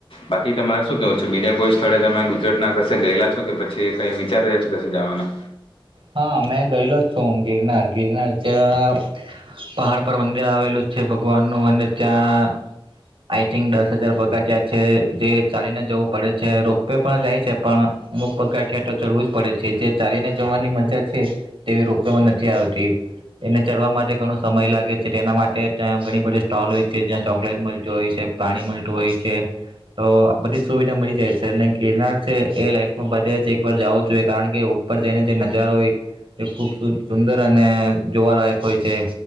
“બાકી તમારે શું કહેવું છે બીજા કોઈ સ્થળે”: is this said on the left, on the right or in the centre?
Left